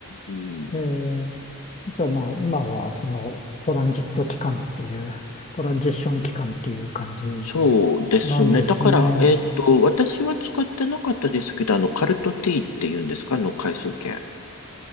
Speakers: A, on the left; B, on the left.
A: うん
B: ええ、じゃあまあ、今は、その、トランジット期間っていう、トランジッション期間っていう感じ
A: そうですね。
B: なんですね。
A: だから、えっと、私は使ってなかったですけど、あの、カルトティーっていうんですか、あの、回数券。